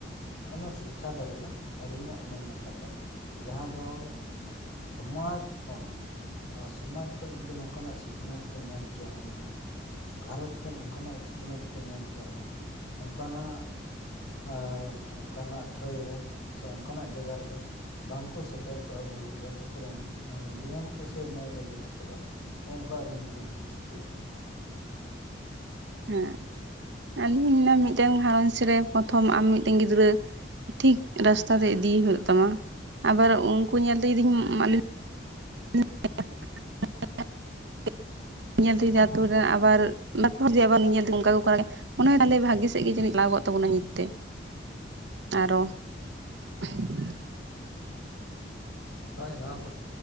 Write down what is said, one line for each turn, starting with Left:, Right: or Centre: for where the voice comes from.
Left: ᱚᱱᱟ ᱥᱤᱠᱠᱷᱟ ᱫᱚ ᱵᱚᱞᱮ ᱟᱹᱞᱤᱧᱟᱜ ᱢᱮᱱ ᱞᱮᱠᱟᱛᱮ... ᱡᱟᱦᱟᱸ ᱫᱚ ᱥᱚᱢᱟᱡᱽ ᱠᱷᱚᱱ᱾ ᱟᱨ ᱥᱚᱢᱟᱡᱽ ᱠᱷᱚᱡ ᱡᱩᱚᱫᱤ ᱱᱚᱝᱠᱟᱱᱟᱜ ᱥᱤᱠᱷᱱᱟᱹᱛ ᱠᱚ ᱧᱟᱢ ᱠᱮᱭᱟ ᱦᱩᱱᱟᱹᱝ᱾ ᱜᱷᱟᱨᱚᱸᱡᱽ ᱠᱷ ᱚᱱᱠᱟᱱᱟᱜ ᱥᱤᱠᱷᱱᱟᱹᱛ ᱠᱚ ᱧᱟᱢ ᱠᱮᱭᱟ ᱦᱩᱱᱟᱹ ᱚᱱᱠᱟᱱᱟᱜ᱾ <unintelligible> ᱚᱱᱠᱟᱱᱟᱜ ᱛᱷᱟᱹᱭ ᱨᱮ ᱥᱮ ᱚᱱᱠᱟᱱᱟᱜ ᱡᱚᱜᱟ ᱨᱮ ᱫᱚ᱾ ᱵᱟᱝᱠᱚ ᱥᱮᱴᱮᱨ ᱠᱚᱜᱼᱟ ᱟᱵᱚ ᱠᱚᱨᱮᱱ ᱡᱩᱣᱟᱹᱱ ᱠᱚ ᱥᱮ ᱢᱟᱹᱭ ᱵᱟᱹᱵᱩ ᱛᱟᱠᱚ ᱫᱚ᱾ <unintelligible> ᱟᱞᱤᱧ ᱫᱚ ᱞᱤᱧ ᱦᱩᱫᱤᱥᱪᱚᱭᱟ᱾
Right: ᱦᱮᱸ ᱟᱹᱞᱤᱧ ᱢᱤᱫᱴᱮᱱ ᱜᱷᱟᱨᱚᱸᱡᱽ ᱨᱮ ᱯᱨᱚᱛᱷᱚᱢ ᱟᱢ ᱢᱤᱫᱴᱮᱱ ᱜᱤᱫᱽᱨᱟᱹ᱾ ᱴᱷᱤᱠ ᱨᱟᱥᱛᱟ ᱛᱮ ᱤᱫᱤᱭᱮ ᱦᱩᱭᱩᱜ ᱛᱟᱢᱟ ᱟᱵᱟᱨ ᱩᱱᱠᱩ ᱧᱮᱞᱛᱮ ᱡᱩᱫᱤᱧ ᱢᱟᱞᱤᱱ᱾ <inaudible> ᱧᱮᱞ ᱛᱮ ᱡᱩᱫᱤ ᱟᱛᱩᱨ ᱨᱮᱱ ᱟᱵᱟᱨ ᱵᱟᱨ ᱯᱮ ᱦᱚᱲ ᱡᱮ ᱟᱵᱟᱨ ᱟᱞᱤᱧ ᱧᱮᱞ ᱛᱮ ᱚᱱᱠᱟ ᱠᱚ ᱠᱚᱨᱟᱣ ᱫᱟᱲᱮ ᱢᱚᱱᱮ ᱛᱟᱦᱚᱞᱮ ᱵᱷᱟᱹᱜᱤ ᱥᱮᱫ ᱜᱮ ᱡᱟᱹᱱᱤᱡ ᱞᱟᱦᱟ ᱠᱚᱜ ᱛᱟᱵᱚᱱᱟ ᱱᱤᱛ ᱛᱮ᱾ ᱟᱨᱚ ᱦᱚᱸ <unintelligible>
Left: ᱦᱳᱭ ᱱᱚᱣᱟ ᱠᱚ᱾